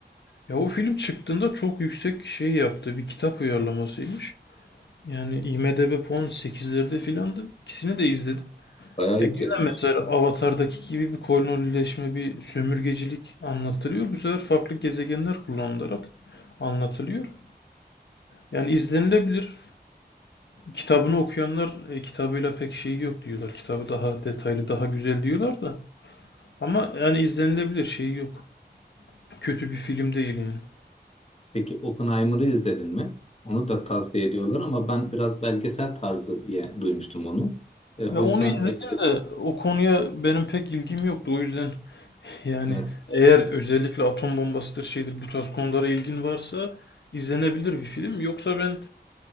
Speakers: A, on the left; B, on the left.
A: Ya o film çıktığında çok yüksek şey yaptı. Bir kitap uyarlamasıymış. Yani IMDb puan 8'lerde filandı. İkisini de izledim.
B: Bayağı
A: Ya
B: yüksekmiş.
A: gene mesela Avatar'daki gibi bir kolonileşme, bir sömürgecilik anlatılıyor. Bu sefer farklı gezegenler kullanılarak anlatılıyor. Yani izlenilebilir. Kitabını okuyanlar e, kitabıyla pek şeyi yok diyorlar. Kitabı daha detaylı, daha güzel diyorlar da. Ama yani izlenilebilir şeyi yok. Kötü bir film değil yani.
B: Peki Oppenheimer'ı izledin mi? Onu da tavsiye ediyorlar ama ben biraz belgesel tarzı diye duymuştum onu. E,
A: Ya
B: o yüzden
A: onu izledim
B: e,
A: de o konuya benim pek ilgim yoktu. O yüzden <laughs> yani
B: evet,
A: eğer özellikle atom bombasıdır şeydir bu tarz konulara ilgin varsa izlenebilir bir film. Yoksa ben